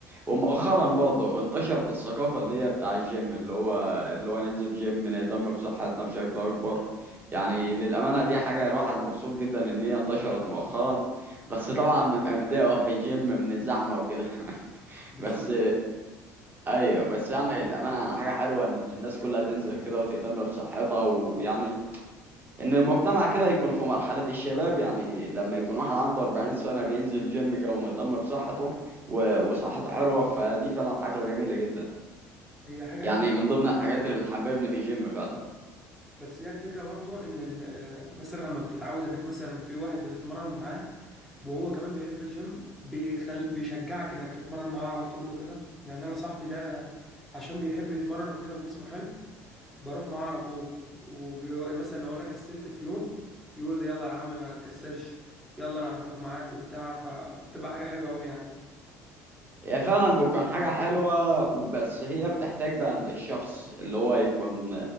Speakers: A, on the right (about 25°); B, in the centre.
A: ومؤخرا برضه انتشرت الثقافة اللي هي بتاع الجيم اللي هو اللي هو ننزل جيم نهتم بصحتنا بشكل اكبر يعني للأمانة دي حاجة الواحد مبسوط جدا ان هي انتشرت مؤخرا بس طبعا بيبقى متضايق وهو في الجيم من الزحمة وكده <laughs>
B: بالظبط
A: بس ايوه بس يعني الامانه انا حاجه حلوه ان الناس كلها تنزل كده وتهتم بصحتها ويعني ان المجتمع كده يكون في مرحله الشباب يعني لما يكون واحد عنده 40 سنه بينزل جيم كده ومهتم بصحته و- وصحته حلوه فدي فعلا حاجه جميله جدا
B: هي حاجه
A: يعني
B: حلوه
A: من
B: أوي بصراحه
A: ضمن الحاجات اللي بتحببني في الجيم فعلا
B: بس هي الفكره برضه ان ال- آه، مثلا اما بتتعود انك مثلا في واحد بتتمرن معاه وهو كمان بيحب الجيم بيخل... بيشجعك انك تتمرن معاه على طول وكده يعني انا صاحبي ده عشان بيحب يتمرن وكده وجسمه حلو بروح معاه على طول ومثلا لو انا كسلت في يوم يقول لي يلا يا عم ما تكسلش يلا انا هروح معاك وبتاع فبتبقى حاجة حلوة قوي يعني
A: هي فعلا بتكون حاجة حلوة وبس هي بتحتاج بقى ان الشخص اللي هو يكون